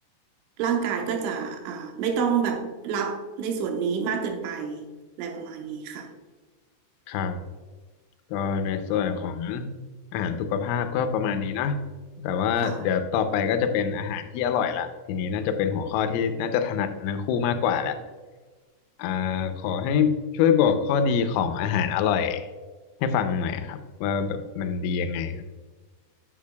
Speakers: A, on the right; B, on the left.
A: ร่างกายก็จะอ่าไม่ต้องแบบรับในส่วนนี้มากเกินไปอะไรประมาณนี้ค่ะ
B: ครับก็ในส่วนของอาหารสุขภาพก็ประมาณนี้นะแต่ว่าเดี๋ยวต่อไปก็จะเป็นอาหารที่อร่อยละทีนี้น่าจะเป็นหัวข้อที่น่าจะถนัดกันทั้งคู่มากกว่าแหละ
A: ค่ะ
B: อ่าขอให้ช่วยบอกข้อดีของอาหารอร่อยให้ฟังหน่อยครับว่าแบบมันดียังไงครับ